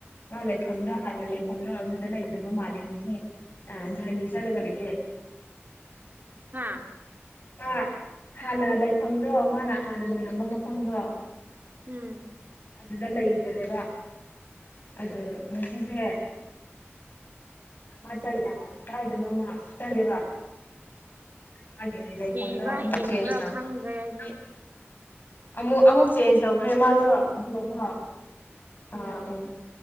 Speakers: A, on the left; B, on the right.
A: ꯃꯥ ꯂꯩꯐꯝꯗ ꯍꯥꯟꯅ ꯂꯩꯐꯝꯗ ꯑꯗꯨꯗ ꯂꯩꯇꯕ ꯃꯥꯜꯂꯦ ꯍꯧꯖꯤꯛ ꯑ ꯖꯔꯅꯤ ꯆꯠꯂꯒ ꯂꯩꯒꯦ
B: ꯍꯥꯥ
A: ꯑꯥ- ꯍꯥꯟꯅ ꯂꯩꯐꯝꯗꯣ ꯃꯥꯅ ꯍꯥꯟꯅ ꯂꯩꯔꯝꯕ ꯃꯐꯝꯗꯣ
B: <unintelligible>
A: ꯑꯗꯨꯗ ꯂꯩꯇꯔꯦꯕꯥ ꯑꯗꯣ ꯉꯁꯤꯁꯦ ꯃꯥ ꯆꯠꯂꯦꯕ ꯀꯥꯏꯗꯅꯣꯃꯥ ꯆꯠꯂꯦꯕ ꯃꯥꯒꯤ ꯂꯩꯐꯝꯗꯣ
B: ꯁꯤꯕ꯭ꯔꯥ
A: ꯑꯃꯨꯛ
B: ꯍꯤꯡꯕ꯭ꯔꯥ
A: ꯆꯦꯟꯁ
B: ꯈꯪꯗ꯭ꯔꯦ
A: ꯇꯧꯋꯦ <unintelligible>
B: ꯑꯩꯗꯤ
A: ꯑꯃꯨꯛ ꯑꯃꯨꯛ ꯆꯦꯟꯁ ꯇꯧꯈ꯭ꯔꯦ ꯃꯥꯗꯣ ꯑꯗꯨꯒ ꯀꯣ ꯑꯥ
B: ꯎꯝ